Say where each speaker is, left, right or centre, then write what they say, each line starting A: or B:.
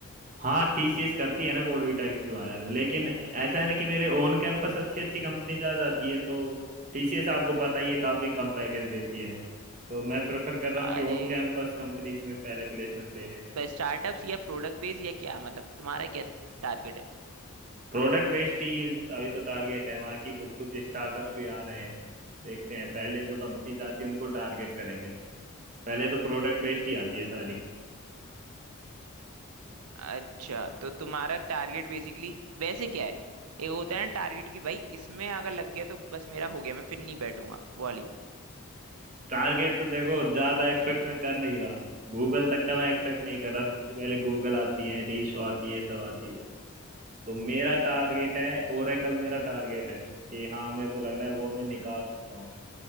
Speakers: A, on the right; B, on the right.
A: हाँ टीसीएस करती है ना कोडविटा के थ्रू हायर लेकिन ऐसा है ना कि मेरे ओन कैंपस अच्छी अच्छी कंपनी जा जाती है तो टीसीएस आपको पता ही है काफी कम पैकेज देती है तो मैं प्रेफर कर रहा हूँ
B: अरे
A: कि ओन कैंपस कंपनीज में पहले प्लेसमेंट ले लेते हैं
B: पर स्टार्टअप्स या प्रोडक्ट बेस या क्या मतलब तुम्हारा क्या टारगेट है
A: प्रोडक्ट बेस्ड ही अभी तो टारगेट है वहाँ की कुछ कुछ स्टार्टअप्स भी आ रहे हैं देखते हैं पहले जो कंपनीज आती है उनको टारगेट करेंगे पहले तो प्रोडक्ट बेस्ड ही आती है सारी
B: अच्छा तो तुम्हारा टारगेट बेसिकली वैसे क्या है एक होता है ना टारगेट की भाई इसमें अगर लग गया तो बस मेरा हो गया मैं फिर नहीं बैठूंगा वाली
A: टारगेट तो देखो ज्यादा एक्सपेक्ट मैं कर नहीं रहा गूगल तक का मैं एक्सपेक्ट नहीं कर रहा सबसे पहले गूगल आती है डीशो आती है ये सब आती है तो मेरा टारगेट है ओरेकल मेरा टारगेट है कि हाँ मेरे को लग रहा है वो मैं निकाल सकता हूँ